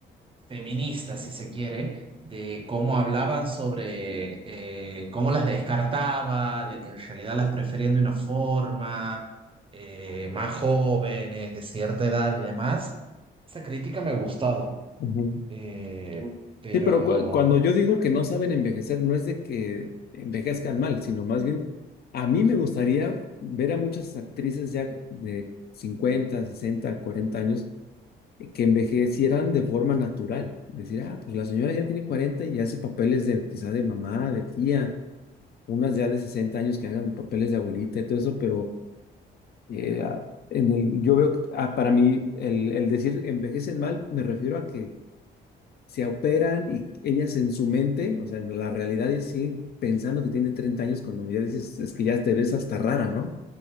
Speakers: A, on the right (about 25°); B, on the left (about 55°).
A: feminista, si se quiere, de cómo hablaban sobre eh, cómo las descartaba, de que en realidad las preferían de una forma, eh, más jóvenes, de cierta edad y demás. Esa crítica me ha gustado.
B: Ujú.
A: Eh, pero
B: Sí, pero cu- cuando yo digo que no saben envejecer, no es de que envejezcan mal, sino más bien, a mí me gustaría ver a muchas actrices ya de 50, 60, 40 años eh, que envejecieran de forma natural. Decir, ah, pues la señora ya tiene 40 y hace papeles de quizá de mamá, de tía, unas ya de 60 años que hagan papeles de abuelita y todo eso, pero eh, a- en el, yo veo, que, ah, para mí, el, el decir envejecen mal, me refiero a que se operan y ellas en su mente, o sea, en la realidad, ellas siguen pensando que tienen 30 años cuando ya dices, es que ya te ves hasta rara, ¿no?